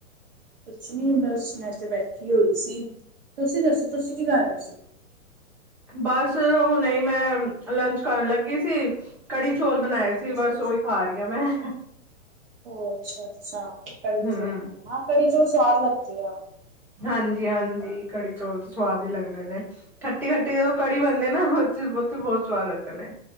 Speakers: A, on the right; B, in the centre.
A: ਕੁੱਛ ਨੀਂ ਬਸ ਮੈਂ ਤੇ ਬੈਠੀਂ ਹੋਈ ਸੀ, ਤੁਸੀਂ ਦੱਸੋਂ ਤੁਸੀਂ ਕੀ ਕਰ ਰਹੇਂ ਸੀ।
B: ਬਸ ਹੁਣੇ ਈ ਮੈਂ ਲੰਚ ਕਰਨ ਲੱਗੀ ਸੀ। ਕੜੀ ਚੌਲ਼ ਬਣਾਏ ਸੀ
A: ਅੱਛਾ
B: ਬਸ ਉਹੀ ਖਾਂ ਰਹੀਂ ਹਾਂ ਮੈਂ।
A: ਹੋਰ ਅੱਛਾ, ਅੱਛਾ, ਕੜੀ
B: ਹਮ
A: ਚੌਲ਼ ਬਣਾਏ, ਹਾਂ ਕੜੀ ਚੌਲ਼ ਸਵਾਦ ਲਗਦੇ ਆ।
B: ਹਾਂਜੀ, ਹਾਂਜੀ ਕੜੀ ਚੌਲ਼ ਤੇ ਸਵਾਦ ਹੀ ਲੱਗਦੇ ਨੇਂ। ਖੱਟੀ ਖੱਟੀ ਜਦੋਂ ਕੜੀ ਬਣਦੇ ਨਾ ਉਹ ਉਚ ਬਹੁਤ ਸਵਾਦ ਲੱਗਦੇ ਨੇਂ।